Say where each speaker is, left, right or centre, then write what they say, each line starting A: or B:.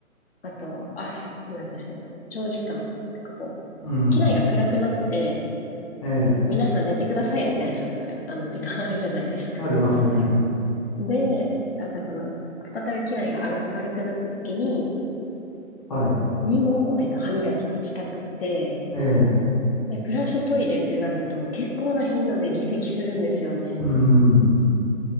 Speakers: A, on the left; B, on the left.
A: あと、あ、なんていうんでしょう。長時間、なんかこう、
B: うん。
A: 機内が暗くなって、
B: ええ、
A: 皆さん寝てくださいみたいな、あの、時間あるじゃないですか。
B: ありますね。
A: <laughs> で、なんかその、再び機内が明るくなった時に、
B: はい。
A: にも、えっと、歯磨きしたくって、
B: ええ。
A: で、プラストイレってなると、結構な頻度で離席するんですよね。
B: うん、